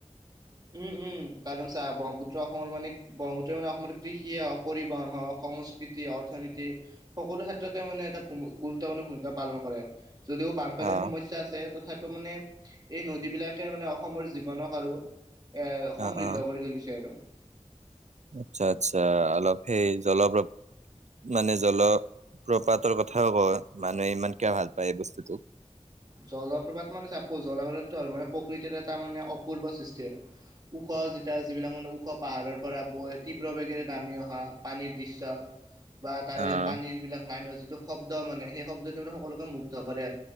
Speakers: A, on the right; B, on the right.
A: উম উম কাৰণ চা ব্ৰহ্মপুত্ৰ অসমৰ মানে ব্ৰহ্মপুত্ৰ মানে অসম কৃষিয়ে হওক পৰিবহন হওক সংস্কৃতি, অৰ্থনীতি সকলো ক্ষেত্ৰতে মানে এটা ভুমি, গুৰুত্বপূৰ্ণ ভূমিকা পালন কৰে। যদিও বানপানীৰ
B: অ',
A: সমস্যা আছে তথাপি-' মানে নদীবিলাকে মানে অসমৰ জীৱনক আৰু এ সমৃদ্ধ
B: অ' অ',
A: কৰি তুলিছে আৰু
B: আচ্ছা আচ্ছা, অলপ সেই জলপ্ৰ মানে জলপ্ৰপাতৰ কথাও ক, মানুহে ইমান কিয় ভাল পায় এই বস্তুটোক?
A: জলপ্ৰপাত মানে চা, জলপ্ৰপ্ৰাতটো হ'ল মানে প্ৰকৃতিৰ এটা মানে অপূৰ্ব সৃষ্টি আৰু ওখ যেতিয়া যিবিলাক মানে ওখ পাহাৰৰ পৰা বৈ তীব্ৰ বেগেৰে নামি অহা পানীৰ দৃশ্য বা তাৰে
B: অ',
A: পানীৰ বিলাক নামি যিটো শব্দ মানে, সেই শব্দটো মানে সকলোকে মুগ্ধ কৰে